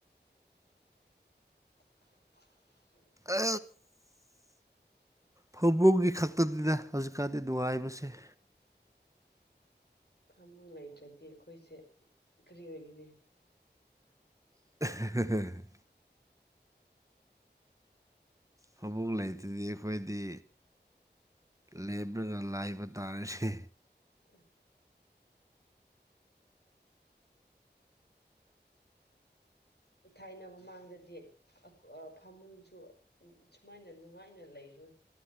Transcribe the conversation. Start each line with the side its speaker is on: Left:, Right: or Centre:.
Left: ꯍ
Right: ꯑ ꯐꯕꯨꯡꯒꯤ ꯈꯛꯇꯅꯤꯅ ꯍꯧꯖꯤꯛꯀꯥꯟꯗꯤ ꯅꯨꯡꯉꯥꯏꯕꯁꯦ
Left: ꯐꯥꯃꯨꯡ ꯂꯩꯇ꯭ꯔꯗꯤ ꯑꯩꯈꯣꯏꯁꯦ ꯀꯔꯤ ꯑꯣꯏꯒꯅꯤ?
Right: <unintelligible> ꯊꯕꯛ ꯂꯩꯇꯗꯤ ꯑꯩꯈꯣꯏꯗꯤ ꯂꯦꯞꯂꯒ ꯂꯥꯏꯕ ꯇꯥꯔꯦꯁꯦ
Left: <unintelligible> ꯊꯥꯏꯅ ꯃꯃꯥꯡꯗꯗꯤ ꯑꯈꯣ ꯑ ꯐꯃꯨꯡꯁꯨ ꯁꯨꯃꯥꯏꯅ ꯅꯨꯡꯉꯥꯏꯅ ꯂꯩꯔꯣꯏ꯫